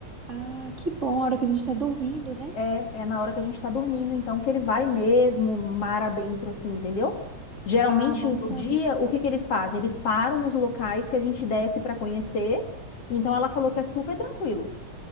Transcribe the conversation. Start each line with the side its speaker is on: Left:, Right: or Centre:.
Right: Ah, que bom, a hora que a gente tá dormindo, né?
Left: É, é na hora que a gente tá dormindo, então que ele vai mesmo mar adentro, assim, entendeu? Geralmente
Right: Ah, bom
Left: no
Right: saber.
Left: dia, o que que eles fazem? Eles param nos locais que a gente desce pra conhecer, então ela falou que é super tranquilo.